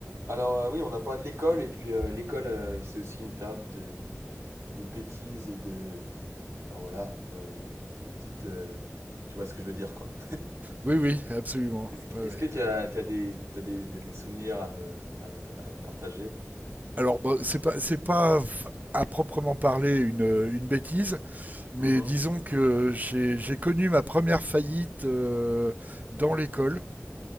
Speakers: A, on the right; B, on the right.
A: Alors euh, oui, on a parlé de l'école et puis euh, l'école, euh, c'est aussi une période de, de bêtises et de, enfin voilà, de, de petites, euh, tu vois ce que je veux dire quoi.
B: Oui, oui, absolument.
A: Est-ce que,
B: Ouais,
A: est-ce
B: ouais.
A: que tu as, tu as des, t'as des, des, des souvenirs à me, à me, à me partager?
B: Alors, bon, c'est pas, c'est pas f- à proprement parler une, une bêtise, mais
A: Mhm.
B: disons que j'ai, j'ai connu ma première faillite euh, dans l'école,